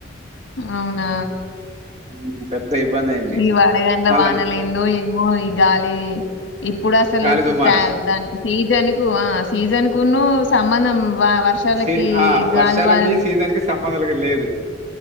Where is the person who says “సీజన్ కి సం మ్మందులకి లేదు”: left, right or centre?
Right